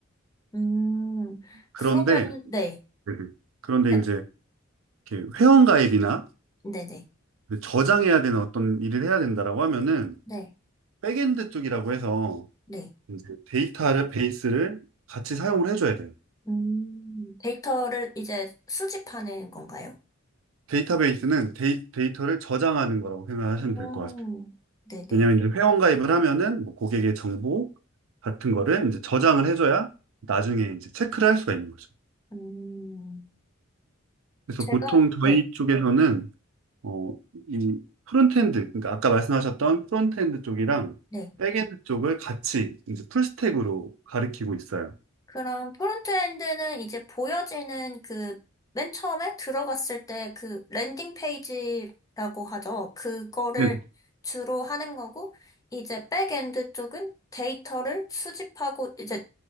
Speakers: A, on the left; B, on the right.
A: 음,
B: 그런데,
A: 그러면은, 네.
B: 네네. 그런데
A: 네,
B: 이제 이렇게 회원가입이나
A: 네네.
B: 저장해야 되는 어떤 일을 해야 된다라고 하면은
A: 네,
B: 백엔드 쪽이라고 해서
A: 네.
B: 이제 데이터를, 베이스를 같이 사용을 해줘야 돼요.
A: 음, 데이터를 이제 수집하는 건가요?
B: 데이터베이스는 데이, 데이터를 저장하는 거라고 생각하시면
A: 음,
B: 될 것 같아요.
A: 네네.
B: 왜냐면 이제 회원 가입을 하면은 뭐 고객의 정보 같은 거를 이제 저장을 해줘야 나중에 이제 체크를 할 수가 있는 거죠.
A: 음,
B: 그래서
A: 제가,
B: 보통 저희
A: 네,
B: 쪽에서는 어, 이 프론트엔드, 그러니까 아까 말씀하셨던 프론트엔드 쪽이랑
A: 네.
B: 백엔드 쪽을 같이 이제 풀스택으로 가리키고 있어요.
A: 그럼 프론트엔드는 이제 보여지는 그 맨 처음에 들어갔을 때 그 랜딩 페이지라고 하죠. 그거를
B: 네.
A: 주로 하는 거고 이제 백엔드 쪽은 데이터를 수집하고 이제